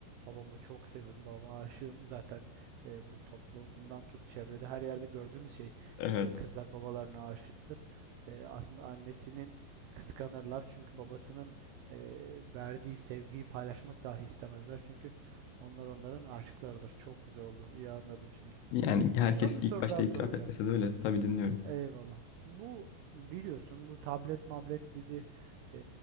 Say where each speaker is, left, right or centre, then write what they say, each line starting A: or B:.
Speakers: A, on the right; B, on the left.
A: babamı çok seviyorum, babama aşığım zaten e, bu toplumdan tut çevrede her yerde gördüğümüz şey
B: Evet.
A: e, kızlar babalarına aşıktır. E, aslında annesinin kıskanırlar çünkü babasının e, verdiği sevgiyi paylaşmak dahi istemezler çünkü onlar onların aşıklarıdır. Çok güzel oldu. İyi anladım şimdi.
B: Yani herkes
A: Bir son bir
B: ilk
A: soru
B: başta
A: daha
B: itiraf
A: soracağım.
B: etmese de öyle. Tabii dinliyorum.
A: Eyvallah. Bu biliyorsun bu tablet mablet bizi e,